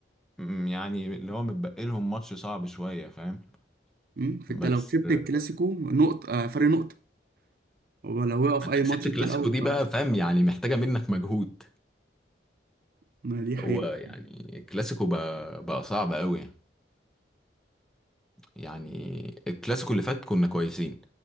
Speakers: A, in the centre; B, on the right (about 50°).
A: م- يعني اللي هو متبقي لهم ماتش صعب شويه فاهم
B: مم. فانت
A: بس
B: لو كسبت الكلاسيكو نقطه آه، فرق نقطه ولو وقف
A: انت
B: اي
A: كسبت
B: ماتش
A: الكلاسيكو
B: انت الاول
A: دي
B: خلاص
A: بقى فاهم يعني محتاجه منك مجهود
B: ما دي حقيقة
A: هو يعني الكلاسيكو بقى, بقى صعب قوي يعني يعني الكلاسيكو اللي فات كنا كويسين